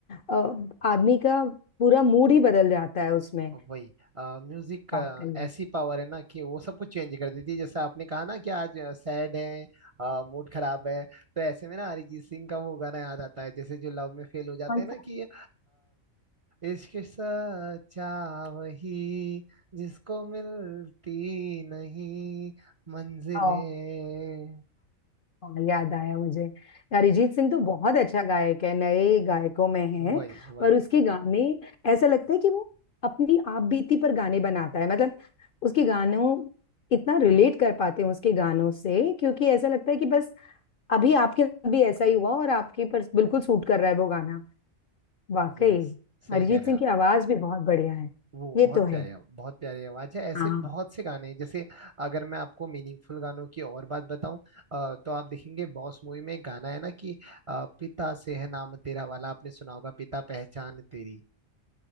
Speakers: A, on the left; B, on the right.
A: अ, आदमी का पूरा मूड ही बदल जाता है उसमें
B: वही म्यूजिक
A: वाकई
B: ऐसी पावर है ना कि वो सब कुछ चेंज कर देती है जैसे आपने कहा ना कि आज सैड है मूड खराब है तो ऐसे में ना अरिजीत सिंह का वो गाना याद आता है जैसे जो लव में फेल हो जाते
A: कौन
B: हैं ना कि इश्क सच्चा वही जिसको मिलती नहीं मंजिलें
A: सा हाँ, याद आया मुझे यार अरिजीत सिंह तो बहुत अच्छा गायक है नए गायकों में
B: वही
A: है
B: वही
A: पर उसके गाने ऐसा लगता है कि वो अपनी आप बीती पर गाने बनाता है मतलब उसके गानों इतना रिलेट कर पाते हैं उसके गानों से क्योंकि ऐसा लगता है कि बस अभी आपके साथ भी ऐसा ही हुआ और आपके पर बिल्कुल सूट कर रहा है वो गाना वाकई
B: यस सही
A: अरिजीत
B: कह रहे
A: सिंह
B: हैं आप
A: की आवाज भी बहुत बढ़िया है
B: वो
A: ये
B: बहुत
A: तो है
B: प्यारे बहुत प्यारी आवाज है ऐसे
A: हाँ
B: बहुत से गाने हैं जैसे अगर मैं आपको मीनिंगफुल गानों की और बात बताऊं अ, तो आप देखेंगे बॉस मूवी में एक गाना है ना कि अ, पिता से है नाम तेरा वाला आपने सुना होगा पिता पहचान तेरी